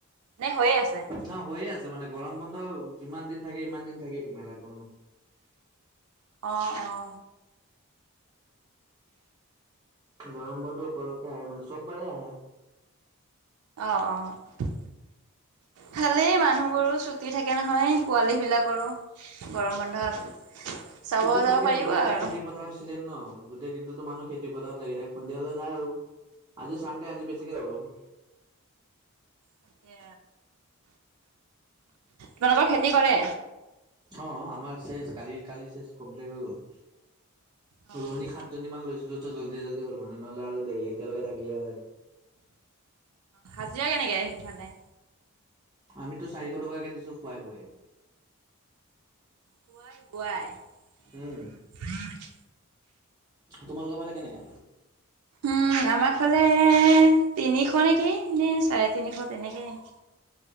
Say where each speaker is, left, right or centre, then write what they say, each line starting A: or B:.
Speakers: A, on the right; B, on the right.
A: নে, হৈয়ে আছে?
B: নহয়, হৈয়ে আছে, মানে গৰম বন্ধ যিমান দিন থাকে, ইমান দিন থাকেই এইটো মেলাটো মানে।
A: অ' অ'।
B: গৰম বন্ধ উপলক্ষে আহে, মানে চববাৰেই আহে।
A: অ' অ'। ভালেই মানুহবোৰো, ছুটি থাকে নহয় পোৱালি বিলাকৰো। গৰম বন্ধত চাব
B: ছুটী
A: যাব
B: থাকে,
A: পাৰিব
B: হ'লেও এতিয়া
A: আৰু।
B: খেতি খেতি পথাৰৰ চিজন ন', গোটেই দিনতো মানুহ খেতি-পথাৰত লাগি থাকে, সন্ধিয়ালে যায় আৰু। আজি চানডে, আজি বেছিকে যাব।
A: তাকে। তোমালোকৰ খেতি কৰে?
B: অ', আমাৰ চেচ, কালি, কালি চেচ কমপ্লিট হৈ গ'ল।
A: অ',
B: ৰোৱণী সাতজনীমান লৈছিলো ত' জল্দি জল্দি হ'ল মানে, নহ'লে আৰু দেৰি, এতিয়ালৈকে থাকিলে হয়।
A: হাজিৰা কেনেকে সেইফালে?
B: আমিটো চাৰিশ টকাকে দিছোঁ, খোৱাই বোৱাই।
A: খোৱাই, বোৱাই।
B: উম। তোমালোকৰ ফালে কেনেকা?
A: উম, আমাৰ ফালে তিনিশ নেকি, নে চাৰে তিনিশ তেনেকেই।